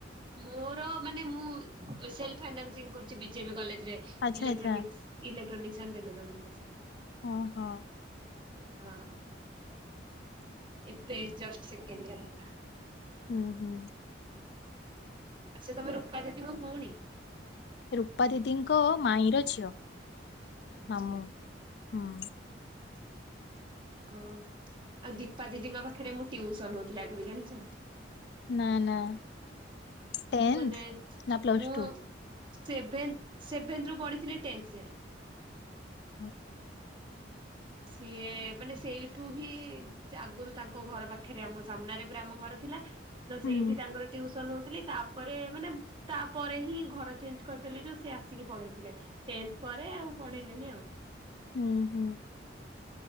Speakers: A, on the right; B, on the left.
A: ମୋର ମାନେ ମୁଁ ସେଲଫାଇନାସିଂ କରୁଛି ବିଜେପି କଲେଜରେ।
B: ଆଚ୍ଛା
A: ଲେକ୍ଟ୍ରାନିକ୍ସ୍
B: ଆଚ୍ଛା
A: ଇଲେକ୍ଟ୍ରାନିକକ୍ସ ଆଣ୍ଡ ଟେଲିକମ୍ୟୁନିକେସନ।
B: ଓହୋ।
A: ହଁ ଏବେ ଜଷ୍ଟ ସେକେଣ୍ଡ ଇଅର ହେଲା।
B: ହୁଁ।
A: ଆଛା ତମେ ରୂପା ଦିଦିଙ୍କ ଭଉଣୀ।
B: ରୂପା ଦିଦିଙ୍କ ମାଇଁର ଝିଅ
A: ଆଚ୍ଛା।
B: ମାମୁଁ ହୁଁ।
A: ଓହ ଆଉ ଦୀପା ଦିଦିଙ୍କ ପାଖରେ ମୁଁ ଟିଉସନ ହଉଥିଲି ଆଗରୁ ଜାଣିଛ?
B: ନା ନା। ଟେନ୍ଥ
A: ମାନେ
B: ନା ପ୍ଲସ
A: ମୁଁ
B: ଟୁ
A: ସେ ସେଭେନ୍ଥ ରୁ ପଢିଥିଲି ଟେନ୍ଥ ଯାଏ।
B: ହ।
A: ସିଏ ମାନେ ସେଇଠୁ ହିଁ ଆଗରୁ ତାଙ୍କ ଘର ପାଖରେ ଆମ ସାମ୍ନାରେ ପୁରା ଆମ ଘର ଥିଲା। ତ
B: ହୁଁ
A: ସେଇଠି ତାଙ୍କର ଟ୍ୟୁସନ ହଉଥିଲି। ତାପରେ ମାନେ ତାପରେ ହିଁ ଘର ଚେଞ୍ଜ କରିଦେଲେ ଯୋଉ ସେ ଆସିକି ପଢଉଥିଲେ। ଟେନ୍ଥ ପରେ ଆଉ ପଢେଇଲେନି ଆଉ।
B: ହୁଁ ହୁଁ।